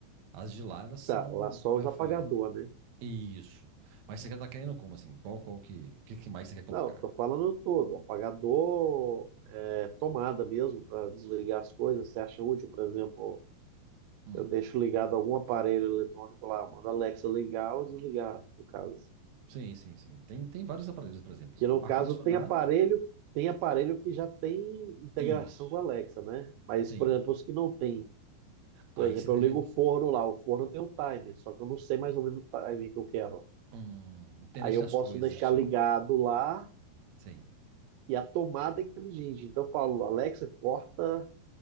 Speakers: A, on the right; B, on the right.
A: As de lá, elas são
B: Tá, lá só
A: com Wi-Fi.
B: os apagador, né?
A: Isso. Mas você quer tá querendo como assim? Qual, qual que, que que mais você quer colocar?
B: Não, tô falando todo, um apagador, é, tomada mesmo para desligar as coisas. Você acha útil, por exemplo,
A: Hum.
B: eu deixo ligado algum aparelho eletrônico lá, mando a Alexa ligar ou desligar, no caso.
A: Sim, sim, sim. Tem, tem vários aparelhos, por exemplo,
B: Que
A: o
B: no
A: ar-condicionado,
B: caso tem aparelho, tem aparelho que já tem integração
A: isso,
B: com a Alexa, né? Mas,
A: sim.
B: por exemplo, os que não tem, por
A: Aí
B: exemplo,
A: você teria,
B: eu ligo o forno lá, o forno tem o timer, só que eu não sei mais ou menos o timer que eu quero.
A: hum, internet
B: Aí eu
A: das
B: posso
A: coisas
B: deixar
A: que chama,
B: ligado lá
A: sim.
B: e a tomada é inteligente. Então eu falo, Alexa, corta